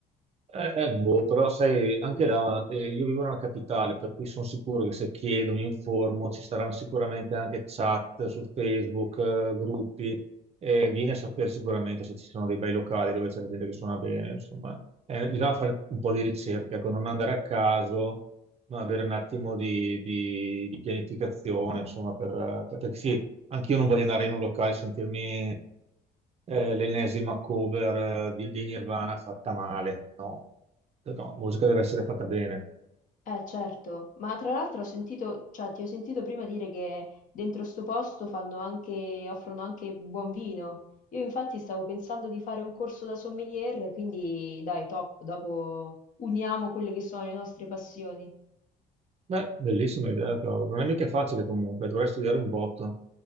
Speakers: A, on the right; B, on the left.
A: Eh, boh, però sai, anche là, eh, io vivo nella capitale, per cui sono sicuro che se chiedo, mi informo, ci saranno sicuramente anche chat su Facebook, eh, gruppi, eh, vieni a sapere sicuramente se ci sono dei bei locali dove c'è la gente che suona bene, insomma. Eh, bisogna fare un po' di ricerca, ecco, non andare a caso, ma avere un attimo di, di- di pianificazione, insomma, per- per- perché sì, anche io non voglio andare in un locale e sentirmi eh, l'ennesima cover eh, di, dei Nirvana fatta male. No, Cioè, No, la musica deve essere fatta bene.
B: Eh certo, ma tra l'altro ho sentito, cioè ti ho sentito prima dire che dentro sto posto fanno anche, offrono anche buon vino. Io infatti stavo pensando di fare un corso da sommelier, quindi dai, top, dopo uniamo quelle che sono le nostre passioni.
A: Beh, bellissima idea, cavolo. Non è mica facile comunque, dovrei studiare un botto,